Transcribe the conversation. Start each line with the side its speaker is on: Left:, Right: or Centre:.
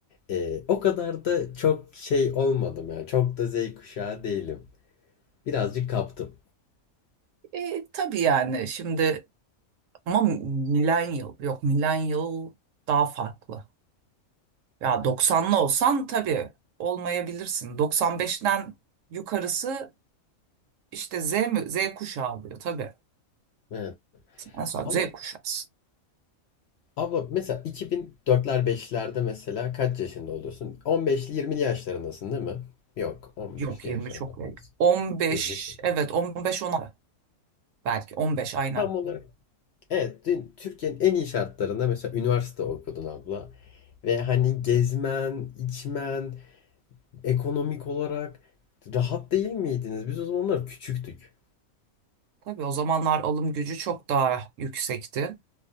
Left: Ee, o kadar da çok şey olmadım ya. Çok da Z kuşağı değilim. Birazcık kaptım.
Right: E, tabii yani şimdi Ama millennial yok millennial daha farklı. Ya 90'lı olsan tabii olmayabilirsin. 95'ten yukarısı işte Z mi? Z kuşağı oluyor tabii.
Left: Evet.
Right: Mesela
Left: Ama
Right: Z kuşağısı.
Left: abla mesela 2004'ler 5'lerde mesela kaç yaşında oluyorsun? 15'li 20'li yaşlarındasın değil mi? Yok, 15'li
Right: Yok 20
Left: yaşlarında
Right: çok
Left: fazla.
Right: belli. 15
Left: 23 oldu.
Right: evet 15 16 belki 15 aynen.
Left: Tam olarak. Evet, dün Türkiye'nin en iyi şartlarında mesela üniversite okudun abla. Ve hani gezmen, içmen, ekonomik olarak rahat değil miydiniz? Biz o zamanlar küçüktük.
Right: Tabii o zamanlar alım gücü çok daha yüksekti.